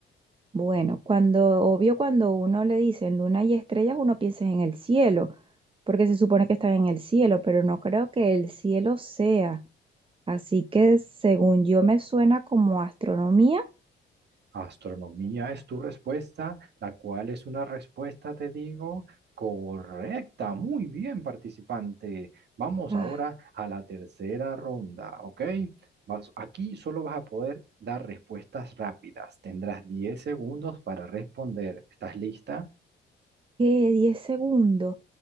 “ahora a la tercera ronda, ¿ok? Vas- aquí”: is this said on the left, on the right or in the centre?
Right